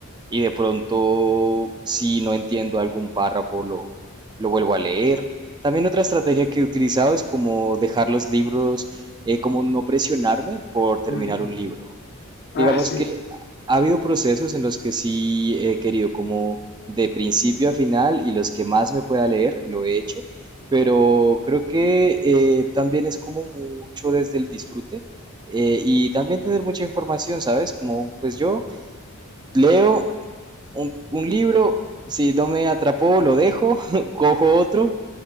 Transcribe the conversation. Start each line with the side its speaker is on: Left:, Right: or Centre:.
Right: y de pronto si no entiendo algún párrafo lo, lo vuelvo a leer. También otra estrategia que he utilizado es como dejar los libros, eh, como no presionarme por terminar
Left: Mm,
Right: un libro.
Left: Ah,
Right: Digamos
Left: sí,
Right: que ha habido procesos en los que sí he querido como de principio a final y los que más me pueda leer lo he hecho, pero creo que eh, también es como mucho desde el disfrute eh, y también tener mucha información, ¿sabes? Como pues yo leo un, un libro, si no me atrapó, lo dejo, <laughs> cojo otro